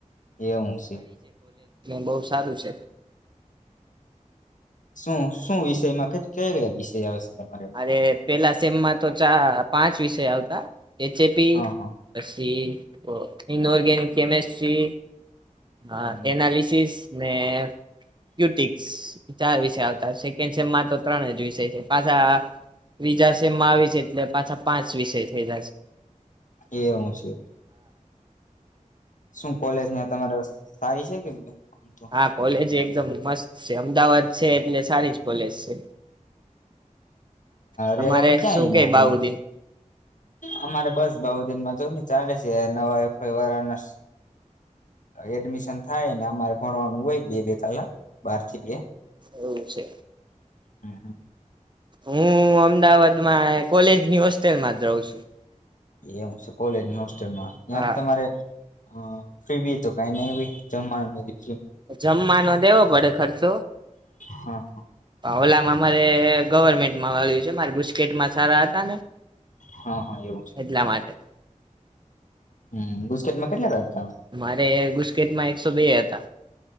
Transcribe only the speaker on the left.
એવું છે.
શું શું વિષયમાં કે કયા-કયા વિષય આવે છે? તમારે એમાં?
હા હા
હમ.
એવું છે. શું કોલેજ ને તમારે સારી છે કે આમ તો
રેવાનું ક્યાં
એમાં
તમારે?
અમારે બસ બી દિનમાં જો ચાલે છે, નવા વારના હ, એડમિશન થાયને અમારે ભણવાનું હોય બે-બે કલાક બાર થી બે
હમ્મ.
એવું છે, કોલેજની હોસ્ટેલમાં ત્યાં
તમારે અ ફી બી તો કઈ નઈ <unintelligible> જમવાનું નથી.
હા
હા હા એવું છે. એવું
છે
હમ ગુસ્કેટમાં કેટલા કરતા?